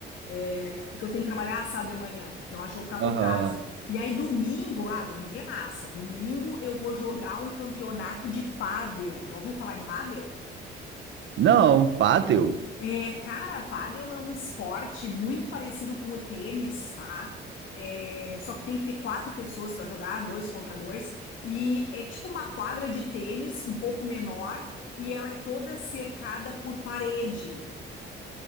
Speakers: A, on the left; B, on the right.
A: é, porque eu tenho que trabalhar sábado de manhã, então acho que eu vou ficar por
B: Aham.
A: casa. E aí domingo, ah, domingo é massa, domingo eu vou jogar um campeonato de pádel, já ouviu falar em pádel?
B: Não, bateu.
A: É, cara, pádel é um esporte muito parecido com o tênis, tá? É, só que tem que ter quatro pessoas pra jogar, dois contra dois, e é tipo uma quadra de tênis, um pouco menor, e ela é toda cercada por parede.